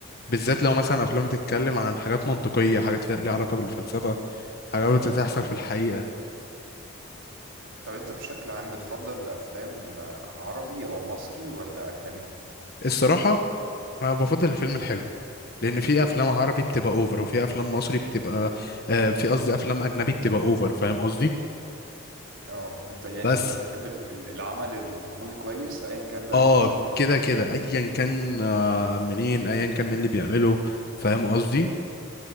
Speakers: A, on the left (about 45°); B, on the right (about 65°).
A: بالذات لو مثلا افلام بتتكلم عن حاجات منطقيه حاجات فيها- ليها علاقه بالفلسفه حاجات بتحصل في الحقيقه
B: طب انت بشكل عام بتفضل افلام عربي او مصري ولا اجنبي
A: الصراحه انا بفضل الفيلم الحلو لان في افلام عربي بتبقى اوفر وفي افلام مصري بتبقى آه في قصدي افلام اجنبي بتبقى اوفر فاهم قصدي
B: اه انت يعني
A: بس
B: انت بتحب ال- ال- العمل المعمول كويس ايا كان بقى
A: اه
B: جنسيته ايه
A: كده كده ايا كان آه منين ايا كان مين اللي بيعمله فاهم قصدي